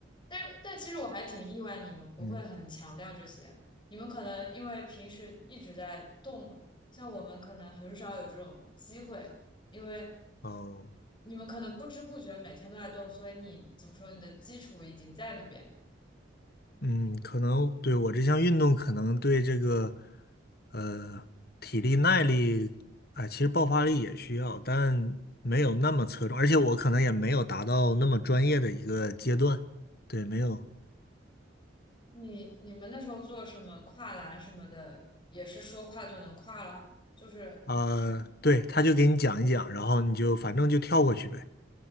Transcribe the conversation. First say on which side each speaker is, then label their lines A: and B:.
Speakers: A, on the left; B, on the left.
A: 但但其实我还挺意外，你们不会很强调这些，
B: 嗯，
A: 你们可能因为平时一直在动嘛，像我们可能很少有这种机会，因为
B: 哦，
A: 你们可能不知不觉每天都在动，所以你怎么说，你的基础已经在那边。
B: 嗯，可能对我这项运动，可能对这个呃体力耐力，哎，其实爆发力也需要，但没有那么侧重，而且我可能也没有达到那么专业的一个阶段。对，没有。
A: 你你们那时候做什么跨栏什么的，也是说跨就能跨了，就是
B: 啊、对，他就给你讲一讲，然后你就反正就跳过去呗。